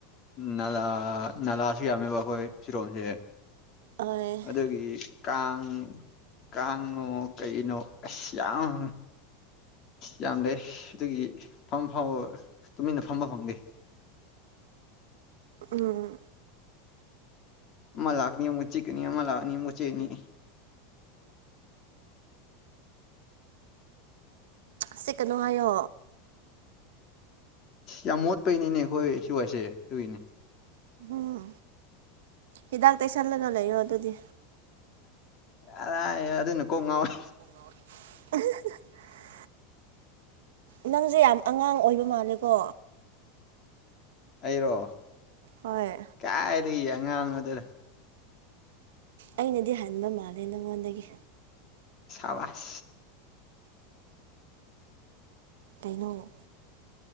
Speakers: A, on the left (about 30°); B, on the right (about 85°).
A: ꯅꯥꯂꯥ ꯅꯥꯂꯥꯁꯨ ꯌꯥꯝꯃꯦꯕ ꯑꯩꯈꯣꯏ ꯁꯤꯔꯣꯁꯦ
B: ꯎꯝ
A: ꯑꯗꯨꯒꯤ ꯀꯥꯡ ꯀꯥꯡꯉꯣ ꯀꯩꯅꯣ ꯑꯁ ꯌꯥꯝ ꯌꯥꯝ ꯂꯩ ꯑꯗꯨꯒꯤ ꯐꯝ ꯐ ꯇꯨꯃꯤꯟꯅ ꯐꯝꯕ ꯐꯪꯗꯦ
B: ꯎꯝ
A: ꯃ ꯂꯥꯛꯅꯤ ꯑꯃꯨꯛ ꯆꯤꯛꯅꯤ ꯑꯃ ꯂꯥꯛꯅꯤ ꯃꯨ ꯎꯆꯦꯛꯅꯤ
B: ꯁꯤ ꯀꯩꯅꯣ ꯍꯥꯏꯌꯣ
A: ꯌꯥꯝ ꯃꯣꯠꯄꯩꯅꯦꯅꯦ ꯑꯩꯈꯣꯏ ꯁꯤ ꯋꯥꯏꯁꯦ ꯇꯨꯏꯅꯦ
B: ꯎꯝ ꯍꯤꯗꯥꯛ ꯇꯩꯁꯜꯂꯒ ꯂꯩꯌꯣ ꯑꯗꯨꯗꯤ
A: ꯀꯗꯥꯏꯗꯩꯅꯣ ꯑꯗꯨꯅ ꯀꯣꯛ ꯉꯥꯎꯋꯦ
B: <unintelligible> ꯅꯪꯁꯦ ꯌꯥꯝ ꯑꯉꯥꯡ ꯑꯣꯏꯕ ꯃꯥꯜꯂꯦꯀꯣ
A: ꯑꯩꯔꯣ
B: ꯍꯣꯏ
A: ꯀꯥꯏꯗꯒꯤ ꯑꯉꯥꯡꯅꯣꯗꯗ
B: ꯑꯩꯅꯗꯤ ꯍꯟꯕ ꯃꯥꯜꯂꯦ ꯅꯉꯣꯟꯗꯒꯤ
A: ꯑꯕ <unintelligible>
B: ꯀꯩꯅꯣ